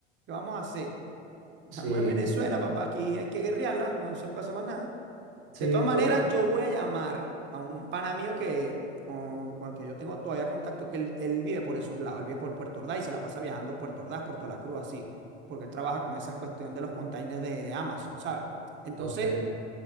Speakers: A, on the right; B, on the right.
A: ¿qué vamos a hacer? Estamos
B: sí,
A: en Venezuela, papá, aquí hay que guerrearla, no se puede hacer más nada.
B: sí,
A: De todas maneras,
B: toca,
A: yo voy a llamar a un pana mío que, con, con el que yo tengo todavía contacto, que él, él vive por esos lados, él vive por Puerto Ordaz y se la pasa viajando Puerto Ordaz, Puerto La Cruz, así, porque él trabaja con esas cuestión de los containers de, de Amazon, ¿sabes? Entonces,
B: ok,